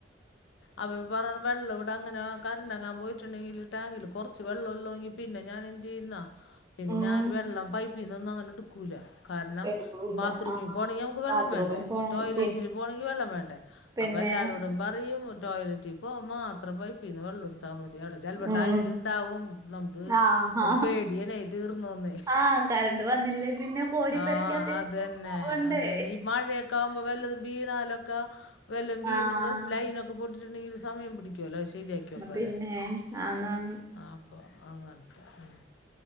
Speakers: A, on the left; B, on the right.
A: അവർ പറിന വെള്ളം ഇവിടെ അങ്ങനെ കറണ്ടങ്ങാൻ പോയിട്ടുണ്ടെങ്കിൽ ടാങ്കിൽ കുറച്ച് വെള്ളംള്ളെങ്കിൽ പിന്നെ ഞാൻ എന്ത് ചെയ്യുന്നാ പിന്നെ
B: ഉം
A: ഞാൻ വെള്ളം പൈപ്പ് പീനൊന്നും അങ്ങനെ ടുക്കൂല കാരണം
B: എടുക്കൂല്ല
A: ബാത്റൂമിൽ
B: ആഹ്
A: പോണമെങ്കിൽ നമുക്ക്
B: ബാത്റൂമിൽ
A: വെള്ളം വേണ്ടേ
B: പോണ
A: ടോയ്ലറ്റിൽ
B: പി
A: പോണെങ്കിൽ വെള്ളം വേണ്ടേ
B: പിന്നെ
A: അപ്പ എല്ലാരരോടും പറയും ടോയ്ലറ്റ് പ്പോ മാത്രം പൈപ്പീന്ന് വെള്ളം എടു ത്താ മതി അവിടെ ചിലപ ട്ടാങ്കില്
B: ഉം
A: ഇണ്ടാവും നമുക്ക്
B: ആഹ്
A: പേടിയണ തീർന്നോന്നേ
B: ആഹ് കറണ്ട് വന്നില്ലേ പിന്നെ കോരിപ്പരിക്കാത്ത
A: ആഹ അതന്നെ
B: പോവണ്ടേ
A: അതന്നെ ഈ മഴയൊക്കെ ആവുമ്പോ വല്ലതും വീണാ ആലൊക്ക വെല്ലും വീണ്
B: ആഹ്
A: പ്രശ് ലൈനക്കെ പൊ ഒരു സമയം പിടിക്കുവല്ലോ <unintelligible> ഒക്കെ
B: പിന്നെ
A: വരാൻ
B: ആന്ന് ആന്ന്
A: ആ, അപ്പൊ അങ്ങനത്തെ ഉം